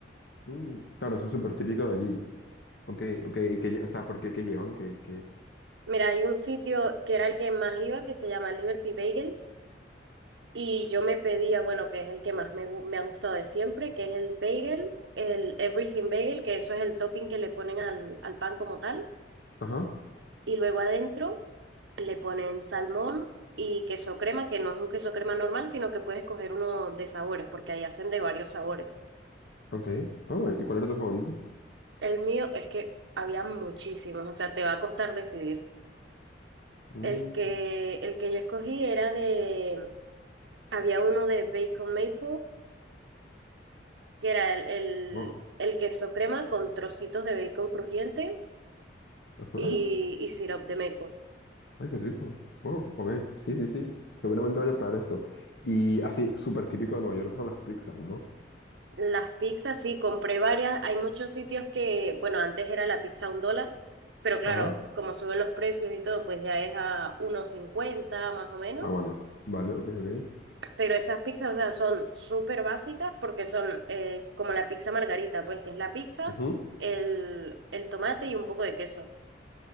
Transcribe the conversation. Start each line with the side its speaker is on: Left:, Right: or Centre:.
Left: Mm, claro, eso es súper típico de allí. Ok, ok, y que, o sea, ¿por qué qué llevan? que
Right: Mira, hay un sitio que era el que más iba que se llama Liberty Bagels Y yo me pedía, bueno, que es el que más me, gu- me ha gustado de siempre, que es el bagel, el everything bagel, que eso es el topping que le ponen al, al pan como tal.
Left: Ajá,
Right: Y luego adentro le ponen salmón y queso crema, que no es un queso crema normal, sino que puedes coger uno de sabores, porque ahí hacen de varios sabores.
Left: ok. Ah, ¿y cuál era tu favorito?
Right: El mío es que había muchísimos, o sea, te va a costar decidir.
Left: Mm,
Right: El que, el que yo escogí era de, había uno de bacon maple que era el, el,
Left: wow.
Right: el queso crema con trocitos de bacon crujiente
Left: Ajá.
Right: y, y syrup de maple.
Left: Ay, qué rico. Wow, ok, sí, sí, sí. Seguramente vaya a probar eso. Y así, súper típico de Nueva York son las pizzas, ¿no?
Right: Las pizzas, sí, compré varias. Hay muchos sitios que, bueno, antes era la pizza a un dólar, pero claro,
Left: Ajá.
Right: como suben los precios y todo, pues ya es a uno cincuenta más o menos.
Left: Ah, bueno. Vale, ok, ok.
Right: Pero esas pizzas, o sea, son súper básicas porque son eh, como la pizza margarita, pues que es la pizza,
Left: Ujú.
Right: el, el tomate y un poco de queso.